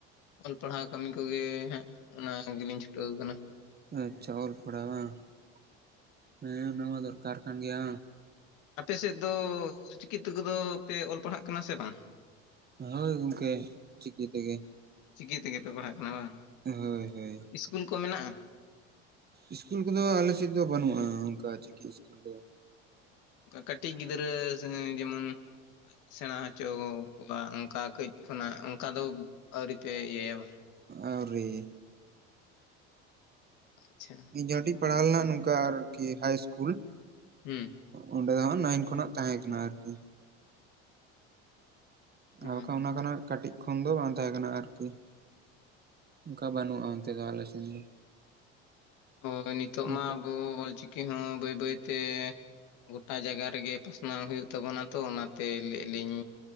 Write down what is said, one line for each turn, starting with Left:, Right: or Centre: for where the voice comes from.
Left: ᱚᱞ ᱯᱟᱲᱦᱟᱣ ᱠᱟᱹᱢᱤ ᱠᱚ ᱜᱮ ᱦᱟᱸᱜ ᱚᱱᱟ ᱜᱮ ᱞᱤᱧ ᱪᱷᱩᱴᱟᱹᱣ ᱟᱠᱟᱱᱟ
Right: ᱟᱪᱪᱷᱟ ᱚᱞ ᱯᱚᱲᱦᱟᱣ ᱦᱚᱸ ᱱᱟᱣᱟ ᱫᱚᱨᱠᱟᱨᱠᱟᱱ ᱜᱮᱭᱟ᱾
Left: ᱟᱯᱮ ᱥᱮᱫ ᱫᱚ ᱚᱞᱪᱤᱠᱤ ᱛᱮᱠᱚ ᱫᱚ ᱯᱮ ᱚᱞ ᱯᱟᱲᱦᱟᱜ ᱠᱟᱱᱟ ᱥᱮ ᱵᱟᱝ?
Right: ᱦᱳᱭ ᱜᱚᱝᱠᱮ ᱪᱤᱠᱤ ᱛᱮᱜᱮ᱾
Left: ᱪᱤᱠᱤ ᱛᱮᱜᱮ ᱯᱮ ᱯᱟᱲᱦᱟᱜ ᱠᱟᱱᱟ ᱵᱟᱝ
Right: ᱦᱚᱭ ᱦᱚᱭ᱾
Left: ᱤᱥᱠᱩᱞ ᱠᱚ ᱢᱮᱱᱟᱜᱼᱟ?
Right: ᱤᱥᱠᱩᱞ ᱠᱚᱫᱚ ᱟᱞᱮᱥᱮᱫ ᱫᱚ ᱵᱟᱹᱱᱩᱜᱼᱟ ᱚᱱᱠᱟ ᱪᱤᱠᱤ ᱤᱥᱠᱩᱞ ᱠᱚᱫᱚ᱾
Left: ᱠᱟᱹᱴᱤᱡ ᱜᱤᱫᱽᱨᱟᱹ ᱡᱮᱢᱚᱱ ᱥᱮᱲᱟ ᱦᱚᱪᱚ ᱠᱚᱣᱟ ᱚᱱᱠᱟ ᱠᱟᱹᱡ ᱠᱷᱚᱱᱟᱜ ᱚᱱᱠᱟ ᱫᱚ ᱟᱹᱣᱨᱤ ᱯᱮ ᱤᱭᱟᱹᱭᱟ ᱵᱟᱝ
Right: ᱟᱣᱨᱤ
Left: ᱟᱪᱪᱷᱟ
Right: ᱤᱧ ᱡᱟᱦᱟᱸ ᱴᱤᱡ ᱯᱟᱲᱦᱟᱣ ᱞᱮᱱᱟ ᱱᱚᱝᱠᱟ ᱟᱨᱠᱤ ᱦᱟᱭ ᱤᱥᱠᱩᱞ
Left: ᱦᱩᱸ᱾
Right: ᱚᱸᱰᱮ ᱦᱚ ᱱᱟᱹᱭᱤᱱ ᱠᱷᱚᱱᱟᱜ ᱛᱟᱦᱮᱸ ᱠᱟᱱᱟ ᱟᱨᱠᱤ
Left: ᱦᱩᱸ
Right: ᱟᱨ ᱵᱟᱠᱷᱟᱱ ᱚᱱᱟ ᱠᱷᱚᱱᱟᱜ ᱠᱟᱹᱴᱤᱡ ᱠᱷᱚᱱ ᱫᱚ ᱵᱟᱝ ᱛᱟᱸᱦᱮ ᱠᱟᱱᱟ ᱟᱨᱠᱤ᱾ ᱚᱱᱠᱟ ᱵᱟᱹᱱᱩᱜ ᱟ ᱚᱱᱛᱮᱫᱚ ᱟᱞᱮᱨᱮᱱ ᱫᱚ᱾
Left: ᱦᱳᱭ ᱱᱤᱛᱚᱜ
Right: ᱱᱚᱝᱠᱟ
Left: ᱢᱟ ᱟᱵᱚ ᱚᱞᱪᱤᱠᱤ ᱦᱚᱸ ᱵᱟᱹᱭ ᱵᱟᱹᱭᱛᱮᱻ ᱜᱚᱴᱟ ᱡᱟᱭᱜᱟ ᱨᱮᱜᱮ ᱯᱟᱥᱱᱟᱣ ᱦᱩᱭᱩᱜ ᱛᱟᱵᱚᱱᱟ ᱛᱚ ᱚᱱᱟᱛᱮ ᱞᱟᱹᱭ ᱟᱞᱤᱧ